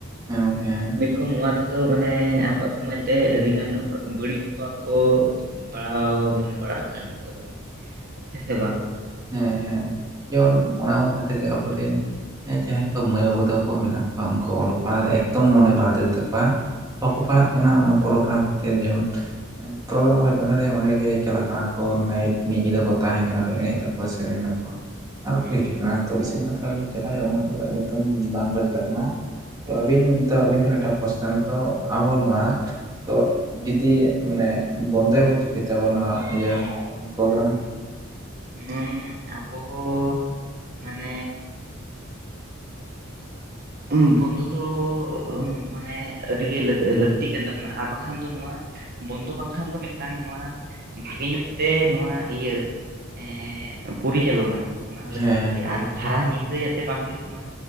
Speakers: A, on the right; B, on the right.
A: ᱜᱚᱝᱠᱮ ᱦᱮᱸ
B: ᱠᱚ ᱱᱚᱣᱟ ᱛᱮᱫᱚ ᱢᱟᱱᱮ ᱟᱵᱚᱣᱟᱜ ᱥᱚᱢᱟᱡ ᱨᱮ ᱟᱹᱰᱤ ᱜᱟᱱ ᱵᱟᱹᱲᱤᱡ ᱯᱨᱚᱵᱷᱟᱵ ᱠᱚ ᱯᱟᱲᱦᱟᱣ ᱢᱟᱱᱮ ᱯᱟᱲᱦᱟᱜ ᱠᱟᱱ ᱛᱟᱵᱚᱱᱟ ᱦᱮᱸ ᱥᱮ ᱵᱟᱝ
A: ᱦᱮ ᱦᱮ ᱡᱮᱢᱚᱱ ᱚᱱᱟ ᱠᱚ ᱠᱷᱟᱹᱛᱤᱨ ᱜᱮ ᱟᱵᱚ ᱨᱮᱱ <unintelligible> ᱡᱟᱦᱟᱸᱭ ᱠᱚ ᱢᱟᱹᱭ ᱡᱟᱦᱟᱭ ᱢᱟᱹᱭ ᱵᱟᱹᱵᱩ ᱛᱟᱠᱚ ᱢᱮᱱᱟᱜ ᱠᱚᱣᱟ ᱩᱱᱠᱩ ᱚᱞᱚᱜ ᱯᱟᱲᱦᱟᱜ ᱨᱮ ᱮᱠᱫᱚᱢ ᱢᱚᱱᱮ ᱵᱟᱭ ᱫᱟᱹᱲ ᱮᱫ ᱛᱟᱠᱚᱣᱟ ᱵᱟᱠᱚ
B: ᱦᱩᱸ
A: ᱯᱟᱲᱦᱟᱜ ᱠᱟᱱᱟ ᱚᱱᱟ ᱯᱨᱳᱜᱨᱟᱢ ᱠᱷᱟᱹᱛᱤᱨ ᱡᱮᱢᱚ ᱛᱚᱵᱮ ᱚᱭ ᱚᱸᱰᱮ ᱜᱮ ᱪᱟᱞᱟᱜ ᱠᱟᱱᱟ ᱠᱚ ᱱᱟᱭᱤᱴ ᱢᱤᱫ ᱧᱤᱫᱟᱹ ᱠᱚ ᱛᱟᱦᱮᱱ ᱠᱟᱱᱟ ᱠᱚ ᱮᱱᱮᱡ ᱫᱟᱠᱚ ᱥᱮᱨᱮᱧ ᱫᱟᱠᱚ ᱟᱨ
B: ᱦᱩᱸ
A: ᱯᱮ ᱦᱤᱡᱩᱜ
B: ᱦᱩᱸ
A: ᱠᱟᱱᱟ ᱛᱚ ᱤᱥᱤᱱ ᱪᱟᱞᱟᱜ
B: ᱦᱩᱸ
A: ᱦᱳᱭᱳᱜᱼᱟ ᱚᱱᱟ ᱫᱚ ᱮᱠᱫᱚᱢ ᱵᱟᱝ ᱯᱟᱹᱪᱞᱟᱜ ᱠᱟᱱᱟ ᱛᱚ
B: ᱦᱩᱸ
A: ᱟᱹᱵᱤᱱ ᱛᱚ ᱟᱵᱤᱱ ᱴᱷᱮᱱ ᱢᱤᱫ ᱴᱟᱝ ᱠᱚᱥᱪᱮᱱ ᱛᱚ ᱟᱵᱚ ᱱᱚᱣᱟ ᱛᱚ ᱡᱩᱫᱤ ᱢᱟᱱᱮ ᱵᱚᱱᱫᱚᱭ ᱟᱵᱚ ᱪᱤᱠᱟᱹ ᱛᱮ ᱟᱵᱚ ᱱᱚᱣᱟ ᱤᱭᱟᱹ ᱯᱨᱳᱜᱨᱟᱢ᱾
B: ᱦᱩᱸ ᱟᱵᱚ ᱦᱚᱸ ᱢᱟᱱᱮ ᱩᱢ ᱵᱚᱱᱫᱚ ᱫᱚ ᱩᱢ ᱢᱟᱱᱮ ᱟᱹᱰᱤ ᱜᱮ ᱞᱟᱹᱠᱛᱤᱜ ᱠᱟᱱ ᱛᱟᱵᱚᱱᱟ ᱟᱨ ᱵᱟᱠᱷᱟᱱ ᱫᱚ ᱱᱚᱣᱟ ᱵᱚᱱᱫᱚ ᱵᱟᱝᱠᱷᱟᱱ ᱫᱚ ᱢᱤᱫ ᱴᱟᱝ ᱱᱚᱣᱟ ᱵᱷᱟᱜᱮ ᱧᱚᱜ ᱛᱮ ᱱᱚᱣᱟ ᱤᱭᱟᱹ ᱮ ᱯᱚᱨᱤᱪᱟᱞᱚᱱᱟ ᱚᱱᱟ ᱞᱟᱹᱠᱛᱤ
A: ᱦᱮᱸ
B: ᱜᱮᱭᱟ ᱟᱨ ᱥᱟᱨᱟ ᱧᱤᱫᱟᱹ ᱡᱟᱛᱮ ᱵᱟᱝ ᱦᱳᱭᱳᱜ ᱢᱟ